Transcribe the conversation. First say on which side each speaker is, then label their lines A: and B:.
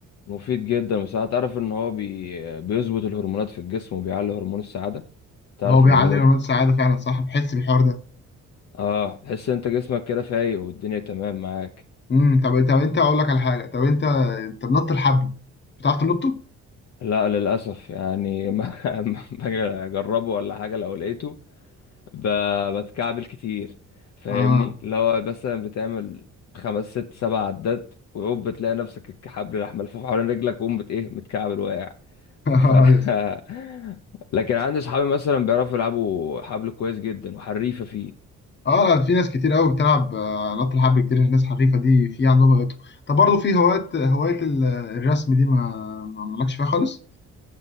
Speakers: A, on the left (about 60°); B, on the left (about 35°).
A: مفيد جدا بصراحة تعرف ان هو بي... بيظبط الهرمونات في الجسم وبيعلي هرمون السعادة تعرف
B: هو بيعلي
A: المعلومة
B: هرمونات
A: دي
B: السعاده فعلا صح بحس بالحوار ده
A: اه تحس ان انت جسمك كده فايق والدنيا تمام معاك
B: امم طب طب انت اقول لك على حاجه طب انت انت بنط الحبل بتعرف تنطه؟
A: لا للأسف يعني ما <laughs> ما باجي أجربه ولا حاجة لو لقيته ب... بتكعبل كتير فاهمني
B: اه
A: اللي هو مثلا بتعمل خمس ست سبع عدات وعقب بتلاقي نفسك الحبل راح ملفوف حوالين رجلك وقوم بت إيه متكعبل واقع
B: <laughs>
A: ف <laughs> لكن عندي صحابي مثلا بيعرفوا يلعبوا حبل كويس جدا وحريفة فيه
B: اه لا في ناس كتير قوي بتلعب آه، نط الحبل كتير ناس حريفه دي في عندهم هوايات طب برضه في هوايات هوايه ال- الرسم دي ما ما مالكش فيها خالص